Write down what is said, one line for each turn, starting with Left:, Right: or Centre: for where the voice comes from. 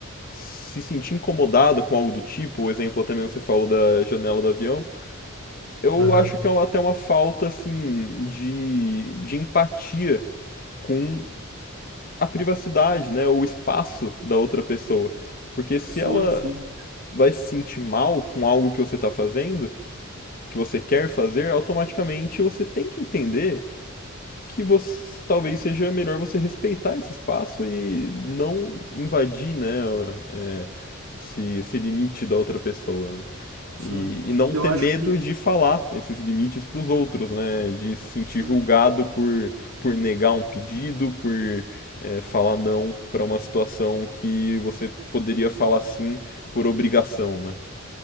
Left: se sentir incomodada com algo do tipo, o exemplo até mesmo que você falou da janela do avião, eu
Right: Aham.
Left: acho que é até uma falta assim de, de empatia com a privacidade, né, o espaço da outra pessoa. Porque se
Right: Sim,
Left: ela
Right: sim,
Left: vai se sentir mal com algo que você está fazendo, que você quer fazer, automaticamente você tem que entender que você talvez seja melhor você respeitar esse espaço e não invadir, né, é, esse, esse limite da outra pessoa. né?
Right: sim.
Left: E, e não
Right: Eu
Left: ter
Right: acho
Left: medo
Right: que.
Left: de falar esses limites para os outros, né? De se sentir
Right: Sim,
Left: julgado por, por negar um pedido, por é, falar não para uma situação que você poderia falar sim por obrigação, né?